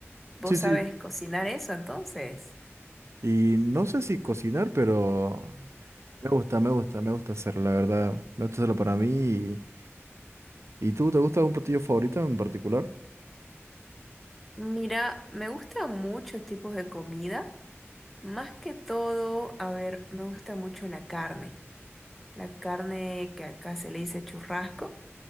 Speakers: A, in the centre; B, on the right.
A: ¿Vos
B: Sí, sí.
A: sabes cocinar eso entonces?
B: Y no sé si cocinar, pero me gusta, me gusta, me gusta hacerlo, la verdad. Me gusta hacerlo para mí. ¿Y, y tú, te gusta algún platillo favorito en particular?
A: Mira, me gustan muchos tipos de comida, más que todo, a ver, me gusta mucho la carne. La carne que acá se le dice churrasco,